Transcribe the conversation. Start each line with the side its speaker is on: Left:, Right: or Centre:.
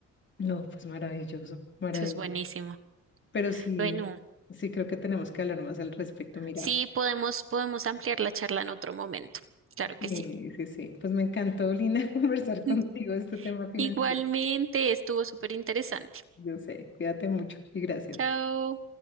Left: No, pues maravilloso, maravilloso.
Right: Eso es buenísimo.
Left: Pero sí,
Right: Bueno,
Left: sí creo que tenemos que hablar más al respecto. Mira,
Right: sí, podemos, podemos ampliar la charla en otro momento. Claro
Left: sí,
Right: que sí.
Left: sí, sí. Pues me encantó, Lina, <laughs> conversar contigo
Right: <laughs>
Left: este tema financiero.
Right: Igualmente, estuvo súper interesante.
Left: Yo sé, cuídate mucho y gracias.
Right: Chao.